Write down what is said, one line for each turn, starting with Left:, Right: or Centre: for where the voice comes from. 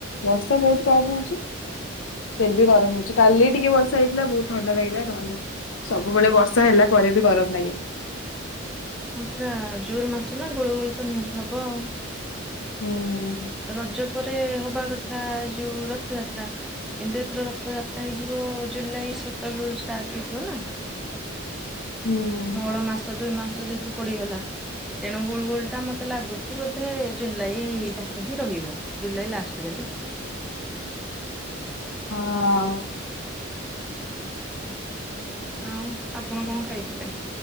Left: ବର୍ଷା ବହୁତ୍ କମ୍ ହଉଚି। ଫେର ବି ଗରମ ହଉଚି କାଲି ଟିକେ ବର୍ଷା ହେଇଥିଲା ବହୁତ ଥଣ୍ଡା ଲାଗିଲା। ନହଲେ ସବୁବେଳେ ବର୍ଷା ହେଲା ପରେ ବି ଗରମ ଲାଗେ।
Centre: ହଁ ସେଇଟା ଜୁନ୍ ମାସ ନା ଗୁଳୁଗୁଳି ତ ନିହାତି ହବ ଆଉ।
Left: ହୁଁ!
Centre: ରଜ ପରେ ହବା କଥା ଯୋଉ ରଥଯାତ୍ରା। କିନ୍ତୁ ଏଥର ରଥଯାତ୍ରା ହେଇଯିବ ଜୁଲାଇ ସତରରୁ ଷ୍ଟାର୍ଟ ହେଇଯିବ ନା।
Left: ହୁଁ।
Centre: ମଳ ମାସ ଦୁଇ ମାସ ଯେହେତୁ ପଡିଗଲା। ତେଣୁ ଗୁଳୁଗୁଳିଟା ମତେ ଲାଗୁଚି ବୋଧେ ଜୁଲେଇଟା। ହିଁ ରହିବ ଜୁଲାଇ ଲାଷ୍ଟ ଯାଏ।
Left: ହଁ!
Centre: ଆଉ ଆପଣ କଁ ଖାଇଥିଲେ